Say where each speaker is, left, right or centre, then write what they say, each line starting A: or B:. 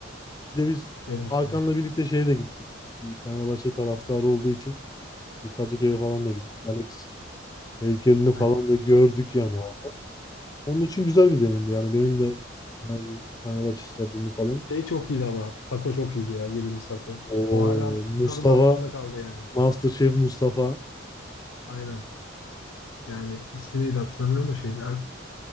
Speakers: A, on the left; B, on the left.
A: Bir de biz
B: Benim
A: Hakan'la
B: için de.
A: birlikte şeye de gittik. Bir Fenerbahçe taraftarı olduğu için bir Kadıköy'e falan da gittik. Alex heykelini falan
B: Aynen.
A: da gördük yani orada. Onun için güzel bir deneyimdi. Yani benim de Fener- Fenerbahçe stadyumu falan.
B: Şey çok iyiydi ama. Taco çok iyiydi ya. Yediğimiz taco.
A: O
B: O hala
A: Mustafa,
B: tadı damağımda kaldı yani.
A: MasterChef Mustafa.
B: Aynen. Yani ismi neydi hatırlamıyorum da şeyin. Yani,